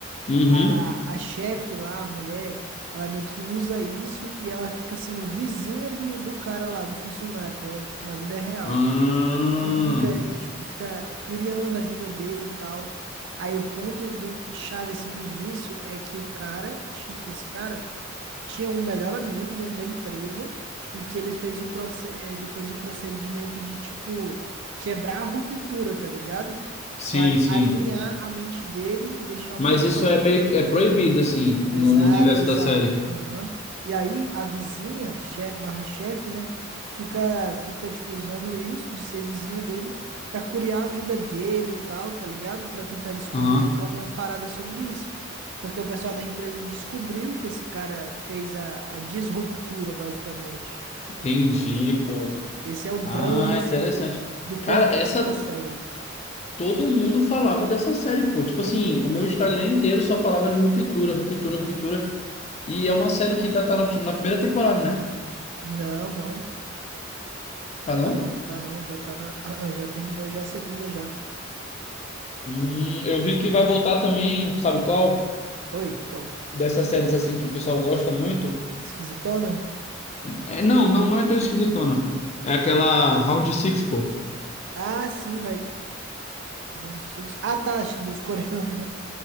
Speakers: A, on the left; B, on the right.
A: Uhum.
B: A, a chefe lá, a mulher, ela meio que usa isso e ela fica sendo vizinha do, do cara lá, do funcionário, tá ligado? Tipo, na vida real.
A: Ah,
B: E fica, e, tipo, fica curiando a vida dele e tal. Aí o ponto do chave, assim, do início é que o cara tinha, esse cara tinha um melhor amigo dentro da empresa e que ele fez o, proce- ele fez o procedimento de, tipo, quebrar a ruptura, tá ligado? Tipo,
A: sim,
B: a-
A: sim.
B: alinhar a mente dele e deixar uma
A: Mas
B: só.
A: isso é meio que é proibido assim
B: Exato,
A: no, no universo
B: exato.
A: da série.
B: Aham. E aí a vizinha, che- barra chefe, né? Fica, fica, tipo, usando isso de ser vizinha dele pra curiar a vida dele e tal, tá ligado? Pra tentar descobrir
A: Aham.
B: alguma parada sobre isso. Porque o pessoal da empresa descobriu que esse cara fez a, a disruptura, basicamente.
A: Entendi, pô.
B: Esse é o drama,
A: Ah,
B: assim,
A: interessante.
B: do, do começo
A: Cara, essa
B: da série.
A: todo mundo falava dessa série, pô. Tipo assim,
B: Uhum.
A: o meu Instagram inteiro só falava de ruptura, ruptura, ruptura. E é uma série que tá, tá na, na primeira temporada, né?
B: Não, não.
A: Tá não?
B: Tá não, tá não. Já tá na. <clears throat> Já terminou já a segunda já.
A: Hum, eu vi que vai voltar também, sabe qual?
B: Oi, qual?
A: Dessas séries assim que o pessoal gosta muito.
B: Esquisitona?
A: É, não, não, não é tão esquisitona. É aquela Round Six, pô.
B: Ah, sim, vai. Round six Ah, tá, dos coreanos, né?